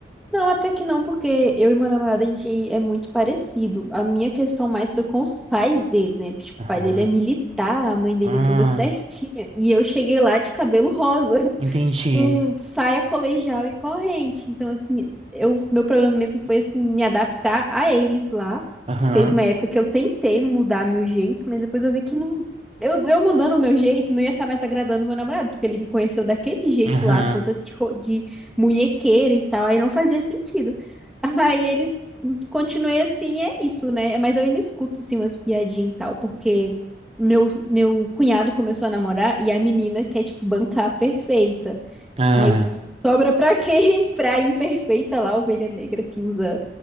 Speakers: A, in the centre; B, on the right.
A: Não, até que não, porque eu e meu namorado, a gente é muito parecido. A minha questão mais foi com os pais dele, né? Tipo,
B: Aham.
A: o pai dele é militar, a mãe dele
B: Ah,
A: é toda certinha. E eu cheguei lá de cabelo rosa.
B: entendi.
A: com saia colegial e corrente. Então, assim, eu, meu problema mesmo foi, assim, me adaptar a eles lá.
B: Aham.
A: Teve uma época que eu tentei mudar meu jeito, mas depois eu vi que não. Eu, eu mudando o meu jeito, não ia estar mais agradando meu namorado, porque ele me conheceu daquele jeito
B: Aham.
A: lá, toda de, ro- de munhequeira e tal, aí não fazia sentido. <laughs> Aí eles continuei assim, é isso, né? Mas eu ainda escuto, assim, umas piadinhas e tal, porque meu, meu cunhado começou a namorar e a menina quer, tipo, bancar perfeita.
B: Ai.
A: Aí sobra pra quem? <laughs> Pra imperfeita lá, a ovelha negra que usa